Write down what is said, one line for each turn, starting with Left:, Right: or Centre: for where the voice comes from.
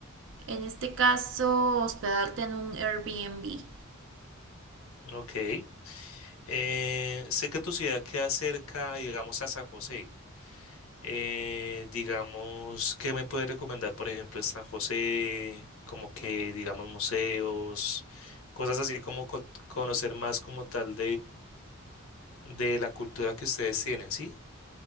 Right: en este caso hospedarte en un Airbnb.
Left: ok. Eh, sé que tu ciudad queda cerca, digamos, a San José. Eh, digamos, ¿qué me puedes recomendar, por ejemplo, en San José? Como que, digamos, museos, cosas así como co- conocer más como tal de la cultura que ustedes tienen, ¿sí?